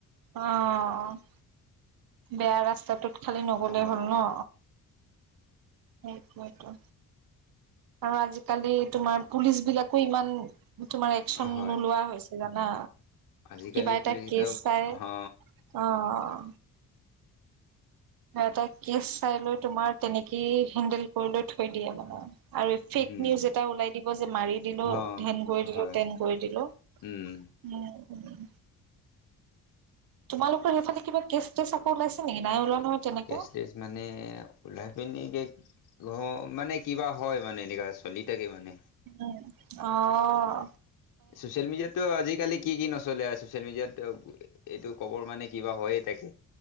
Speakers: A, on the right (about 65°); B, on the left (about 60°).
A: অঁ, বেয়া ৰাস্তাটোত খালি নগ'লেই
B: হা
A: হ'ল ন। সেইটোৱে টো আৰু আজিকালি তোমাৰ পুলিচ বিলাকো ইমান তোমাৰ একচন
B: হয়
A: নোলোৱা হৈছে জানা?
B: আজিকালি
A: কিবা এটা
B: পুলিচ কেইটাও
A: কেচ চাই
B: হা
A: অঁ। এটা কেছ চাই লৈ তোমাৰ তেনেকেই হেন্দেল কৰি লৈ থৈ দিয়ে মানে। আৰু
B: উম,
A: ফেক নিউজ এটা ওলাই দিব যে, মাৰি দিলো
B: অ',
A: ধেন কৰি দিলো,
B: হয়
A: তেন কৰি দিলো।
B: উম।
A: উম, উম। তোমালোক সেইফালে কিবা কেছ টেচ আকৌ ওলাইছে নেকি, নাই ওলোৱা নহয়? তেনেকুৱা
B: কেচ টেচ মানে, ওলাই পিনি কি অঁ, মানে কিবা হয় মানে, এনেকা চলি থাকে মানে।
A: উম, অঁ
B: ছচিয়েল মিডিয়াত তো আজিকালি কি নচ চলে আ চচিয়েল মিডিয়াত এইটো কবৰ মানে কিবা হৈয়ে থাকে।